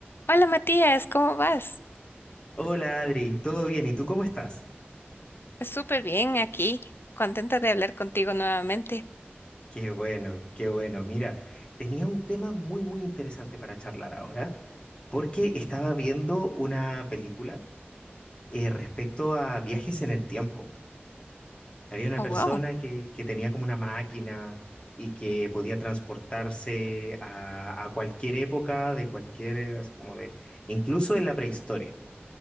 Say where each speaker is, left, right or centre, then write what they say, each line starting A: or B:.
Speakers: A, on the left; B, on the left.
A: Hola Matías, ¿cómo vas?
B: Hola Adri, ¿todo bien? ¿Y tú cómo estás?
A: Súper bien aquí, contenta de hablar contigo nuevamente.
B: Qué bueno, qué bueno. Mira, tenía un tema muy, muy interesante para charlar ahora, porque estaba viendo una película eh, respecto a viajes en el tiempo. Había una
A: Oh,
B: persona
A: wow.
B: que, que tenía como una máquina y que podía transportarse a, a cualquier época, de cualquier, eh, así como de, incluso en la prehistoria. O